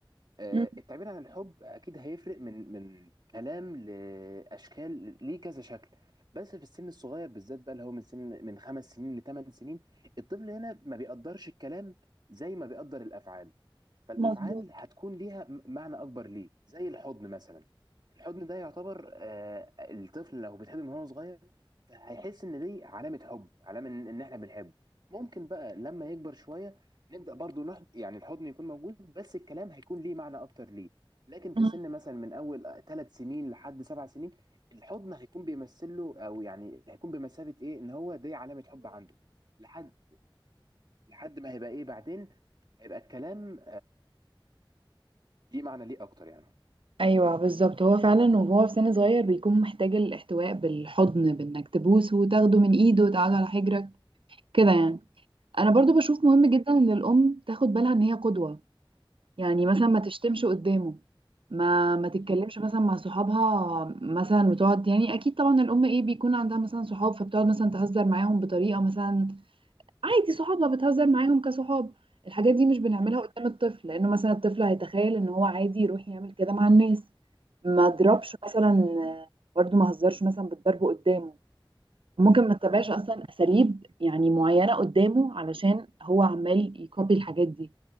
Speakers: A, on the right; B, on the right.
A: آه،
B: مم.
A: التعبير عن الحب اكيد هيفرق من من كلام لاشكال ليه كذا شكل بس في السن الصغير بالذات بقى اللي هو من سن من خمس سنين لثمان سنين الطفل هنا ما بيقدرش الكلام زي ما بيقدر الافعال فالافعال
B: مظبوط
A: هتكون ليها م- معنى اكبر ليه زي الحضن مثلا الحضن ده يعتبر آه، الطفل لو بيتحضن من هو صغير فهيحس ان دي علامه حب علامه ان إن احنا بنحبه ممكن بقى لما يكبر شويه نبدا برضو نحض يعني الحضن يكون موجود بس الكلام هيكون ليه معنى اكتر ليه لكن
B: مم.
A: في سن مثلا من اول ثلاث سنين لحد سبع سنين الحضن هيكون بيمثل له او يعني هيكون بمثابه ايه ان هو دي علامه حب عنده لحد لحد ما هيبقى ايه بعدين هيبقى الكلام ليه معنى ليه اكتر يعني
B: ايوه بالظبط هو فعلا وهو في سن صغير بيكون محتاج الاحتواء بالحضن بانك تبوسه وتاخده من ايده وتقعده على حجرك كده يعني انا برضو بشوف مهم
A: بالظبط.
B: جدا ان الام تاخد بالها ان هي قدوة يعني مثلا
A: مم.
B: ما تشتمش قدامه ما ما تتكلمش
A: مم.
B: مثلا مع صحابها مثلا وتقعد يعني اكيد طبعا الام ايه بيكون عندها مثلا صحاب فبتقعد مثلا تهزر معاهم بطريقة مثلا عادي صحابها بتهزر معاهم كصحاب الحاجات دي مش بنعملها
A: مم.
B: قدام الطفل لانه مثلا الطفل هيتخيل ان هو عادي يروح يعمل كده مع الناس ما اضربش
A: مم.
B: مثلا برضو ما هزرش مثلا بالضرب قدامه ممكن
A: مم.
B: ما اتبعش اصلا اساليب يعني معينه قدامه علشان هو عمال يكوبي الحاجات دي